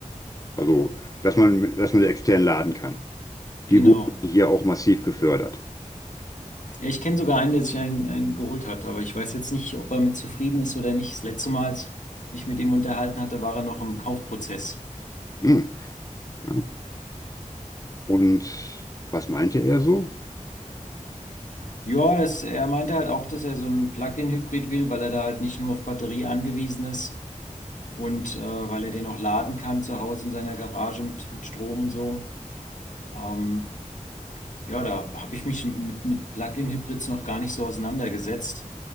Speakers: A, on the left; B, on the left.
A: Also, dass man, dass man extern laden kann.
B: Genau.
A: Die wurden hier auch massiv gefördert.
B: Ja, ich kenne sogar einen, der sich einen, einen geholt hat, aber ich weiß jetzt nicht, ob er mit zufrieden ist oder nicht. Das letzte Mal, als ich mich mit ihm unterhalten hatte, war er noch im Kaufprozess.
A: Hm, ja. Und was meinte er so?
B: Ja, das, er meinte halt auch, dass er so einen Plug-in-Hybrid will, weil er da halt nicht nur auf Batterie angewiesen ist und äh, weil er den auch laden kann zu Hause in seiner Garage mit, mit Strom und so. Ähm, Ja, da habe ich mich mit, mit Plug-in-Hybrids noch gar nicht so auseinandergesetzt.